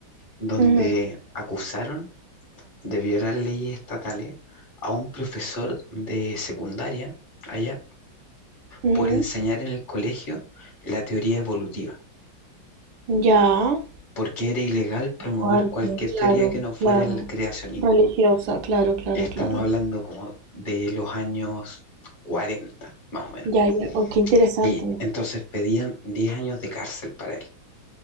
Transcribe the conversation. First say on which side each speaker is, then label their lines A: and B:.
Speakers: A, on the left; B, on the right.
A: donde
B: Ujú,
A: acusaron de violar leyes estatales a un profesor de secundaria allá
B: ujú.
A: por enseñar en el colegio la teoría evolutiva,
B: Ya.
A: porque era ilegal promover
B: Fuerte.
A: cualquier
B: Claro,
A: teoría que no fuera
B: claro.
A: el creacionismo.
B: Religiosa, claro, claro,
A: Estamos
B: claro.
A: hablando como de los años cuarenta más o menos.
B: Ya, ya. Oh, qué interesante.
A: Y entonces pedían 10 años de cárcel para él.